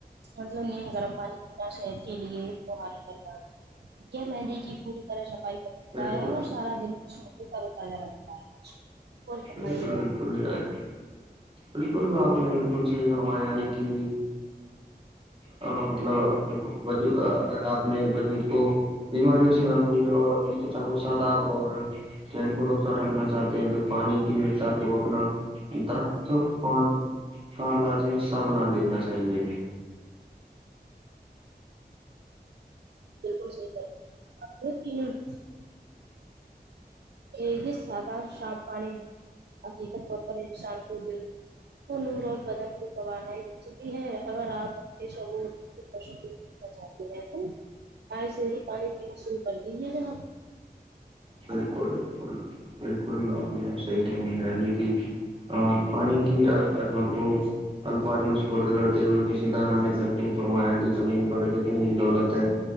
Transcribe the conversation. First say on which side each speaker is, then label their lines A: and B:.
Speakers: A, on the right (about 85°); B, on the right (about 30°).
A: مطلب نیم گرم پانی پینا شہد کے لیےوال کرنا کیا میں نےی کی پوری طرح صفائی کر دیتا
B: بالکل
A: ہے اور سارا دن جشم کو تر و تازہ رکھتا ہے اور فرمائیے
B: بالکل بالکل
A: آپ
B: نان بالکل آپ نے بکل کن سے ہی فرمایا یعنی کہ مطلب وج اگر آپ نے وجود کو بیماریوں سے میں پوجو اور اپنی چچا کو سدا اور چہن کو روشن رکھنا ہیں تو پانی کی مقدار کو اپنا درخت پان ک لاجی حصہ بنا لینا چاہیے
A: بالکل صحی فرمایا یہ جو سادا صف پانی بقی تو سف کر د <unintelligible> وہ نور اور بدن کو توانا ہی دکھ چتی ہے اگر آپ اپنے شعور چاہتی میر تو آج سے ہی پانی پینا شروع کر دیجیے ھر آ
B: بالکل بالکل بالکل آپ نے صی کرنی کی پانی کی عدمت کو الفاظی مسفرد کرتے ہوئے کسی دانا نے کہ فرمایا کہ زمین پر جتنی بھی دولت ہے